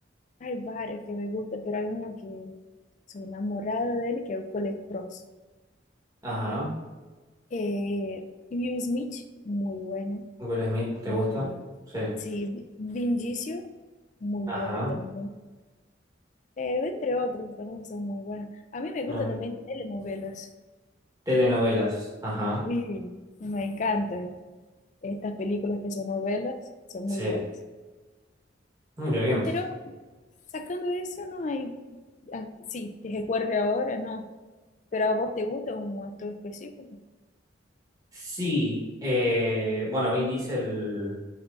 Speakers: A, on the left; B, on the right.
A: hay varias que me gustan, pero hay una que soy enamorada de él, que es Cole Sprouse.
B: Ajá.
A: Eh, Will Smith, muy bueno.
B: Will Smith, ¿te
A: Eh,
B: gusta? Sí.
A: sí, Vi- Vinicius, muy
B: Ajá.
A: bueno también. Eh, entre otros, también son muy buenos. A mí me gustan
B: Ah,
A: también telenovelas.
B: Telenovelas. Ajá.
A: Sí, me encantan. Estas películas que son novelas son
B: Sí.
A: muy buenas.
B: Mm, Qué bien.
A: Pero sacando eso, no hay. ah, sí, que recuerde ahora, no. Pero a vos te gusta un actor específico.
B: Sí. eh, bueno, Vin Diesel.